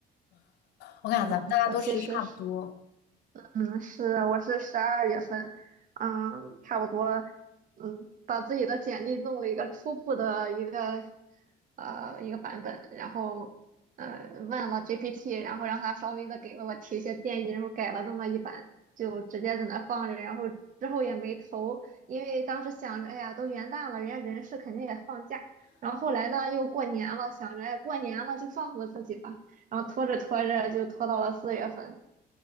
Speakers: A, on the left; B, on the right.
A: 我感觉咱们大家都其实差不多。
B: 嗯，我其实是嗯，是，我是十二月份，嗯，差不多，嗯，把自己的简历弄了一个初步的一个，呃，一个版本，然后，嗯，问了 GPT，然后让他稍微的给了我提一些建议，然后改了那么一版，就直接在那放着，然后之后也没投，因为当时想着，哎呀，都元旦了，人家人事肯定也放假，然后后来呢，又过年了，想着，哎，过年了就放过自己吧，然后拖着拖着就拖到了四月份。